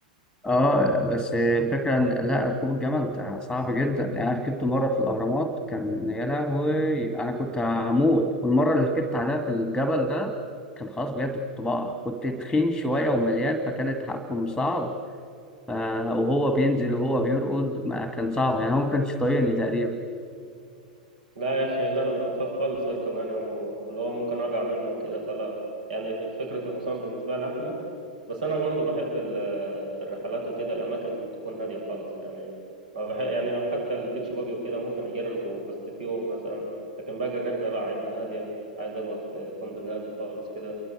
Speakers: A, in the centre; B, on the right (about 65°).
A: اه بس الفكرة ان لا ركوب الجمل ده صعب جدا يعني انا ركبته مرة في الاهرامات كان يا لهوي انا كنت هموت والمرة اللي ركبت عليها في الجبل ده كان خلاص بجد كنت بقع كنت تخين شوية ومليان فكان التحكم صعب ف... وهو بينزل وهو بيرقد ما كان صعب يعني هو ما كانش طايقني تقريبا
B: لا يا اخي لا انا اخاف خالص اركب يعني و- واللي هو ممكن اقع منه وكده فلا يعني فكره الحصان بالنسبه لي احلى بس انا برضو بحب في الرحلات وكده الأماكن تكون هادية خالص يعني ما بح- يعني حتى البيتش باجي وكده ممكن أجربه بس في يوم مثلا لكن باقي الرحلة لا عايزة هادية عايز أقعد في فندق هادي خالص كده